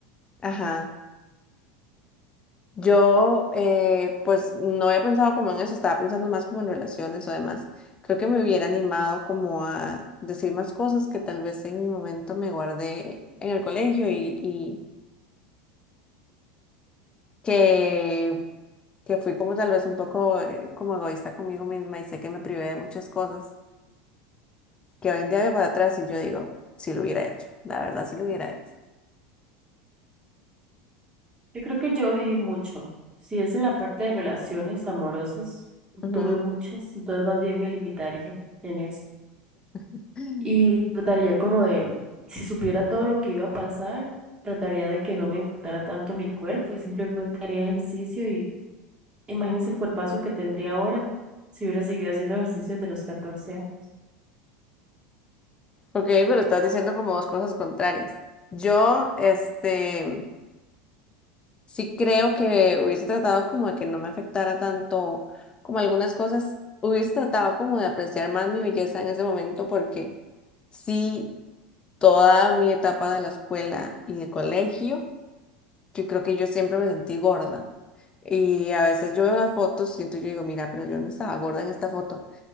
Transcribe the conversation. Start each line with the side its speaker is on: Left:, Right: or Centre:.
Left: Ajá. Yo eh, pues no había pensado como en eso, estaba pensando más como en relaciones o demás. Creo que me hubiera animado como a decir más cosas que tal vez en mi momento me guardé en el colegio y, y que que fui como tal vez un poco eh, como egoísta conmigo misma y sé que me privé de muchas cosas que hoy en día veo para atrás y yo digo, si lo hubiera hecho, la verdad si lo hubiera hecho.
Right: Yo creo que yo viví mucho. Si es en la parte de relaciones amorosas,
Left: Ujú.
Right: tuve muchas, entonces más bien me limitaría en eso.
Left: <laughs>
Right: Y trataría como de, si supiera todo lo que iba a pasar, trataría de que no me importara tanto mi cuerpo y simplemente haría ejercicio y Imagínese el cuerpazo que tendría ahora si hubiera seguido haciendo ejercicios de los 14 años.
Left: Ok, pero estás diciendo como dos cosas contrarias. Yo, este, sí creo que hubiese tratado como de que no me afectara tanto como algunas cosas, hubiese tratado como de apreciar más mi belleza en ese momento porque sí, toda mi etapa de la escuela y de colegio, yo creo que yo siempre me sentí gorda. Y a veces yo veo las fotos, siento y yo digo, mira, pero yo no estaba gorda en esta foto.